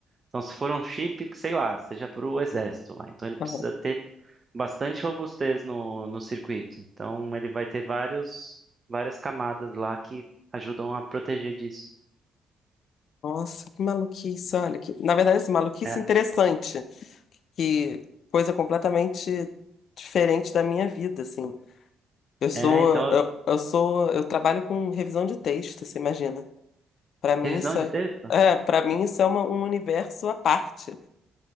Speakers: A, on the right (about 30°); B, on the left (about 65°).
A: Então, se for um chip que, sei lá, seja para o exército lá, então ele precisa
B: aham.
A: ter bastante robustez no, no circuito. Então ele vai ter vários, várias camadas lá que ajudam a proteger disso.
B: Nossa, que maluquice, olha. Que... Na verdade, assim, maluquice
A: É,
B: interessante. que coisa completamente diferente da minha vida, assim. Eu sou,
A: é, então,
B: eu, eu sou, eu trabalho com revisão de texto, você imagina. Para mim
A: revisão
B: isso
A: de
B: é,
A: texto?
B: é, para mim isso é uma- um universo à parte.